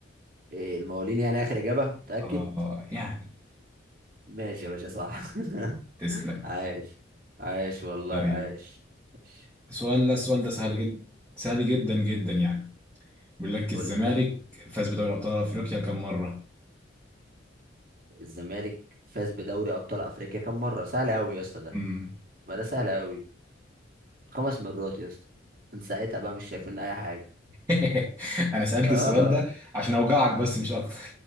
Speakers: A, on the right; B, on the right.
A: إيه، المقاولين يعني آخر إجابة متأكد
B: اه يعني
A: ماشي يا باشا صح <laughs>
B: تسلم
A: عاش عاش والله
B: طيب
A: عاش ماشي.
B: السؤال ده السؤال ده سهل جدا سهل جدا جدا يعني بيقول لك
A: قول
B: الزمالك
A: لي طيب
B: فاز بدوري ابطال افريقيا كم مره
A: الزمالك فاز بدوري أبطال أفريقيا كم مرة سهل أوي يا اسطى ده
B: امم
A: ما ده سهل أوي خمس مرات يا اسطى من ساعتها بقى مش شايفين اي حاجه
B: <laughs> انا سالت
A: اه
B: السؤال ده عشان اوجعك بس مش اكتر